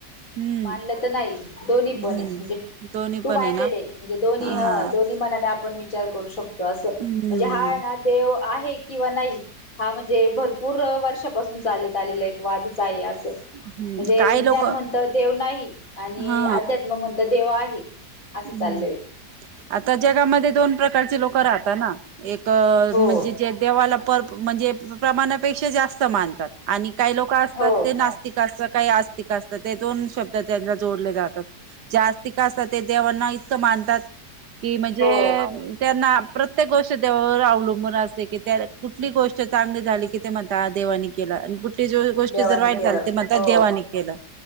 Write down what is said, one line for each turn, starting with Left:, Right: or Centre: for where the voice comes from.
Right: हम्म
Left: मानलं तर नाही दोनी
Right: हम्म
Left: पण हाय म्हणजे
Right: दोन्ही
Left: टू
Right: पण
Left: माइंडेडेड
Right: ना
Left: आहे म्हणजे दोनी
Right: हा
Left: ह दोनी मनाने आपण विचार करू शकतो असं
Right: हम्म
Left: म्हणजे हा आहे ना देव आहे किंवा नाही हा म्हणजे भरपूर वर्षापासून चालत आलेला एक वादच आहे आज म्हणजे
Right: हम्म काय
Left: विज्ञान
Right: लोक
Left: म्हणत देव नाही आणि
Right: हा
Left: अध्यात्म म्हणत देव आहे असं
Right: हम्म
Left: चाललंय
Right: आता जगामध्ये दोन प्रकारचे लोक राहतात ना एक
Left: हो
Right: म्हणजे जे देवाला पर म्हणजे प्रमाणापेक्षा जास्त मानतात आणि काही लोक असतात
Left: हो
Right: ते नास्तिक अस काही अस असतात ते दोन शब्द त्यांना जोडले जातात आस्तिक असतात ते देवांना इतकं मानतात की म्हणजे
Left: हो
Right: त्यांना प्रत्येक गोष्ट देवावर अवलंबून असते की त्या कुठली गोष्ट चांगली झाली की ते म्हणतात देवानी केल आणि कुठ गोष्ट
Left: देवाने
Right: जर वाईट
Left: केलं
Right: झाली की म्हणतात
Left: हो
Right: देवानी केलं